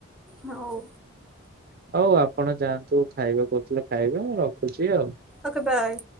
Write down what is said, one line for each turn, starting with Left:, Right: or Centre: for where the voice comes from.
Centre: ହଉ
Right: ହଉ ଆପଣ ଯଆନ୍ତୁ। ତୁ ଖାଇବା କହୁଥିଲେ ଖାଇବା ମୁଁ ରଖୁଛି ଆଉ।
Centre: Okay bye.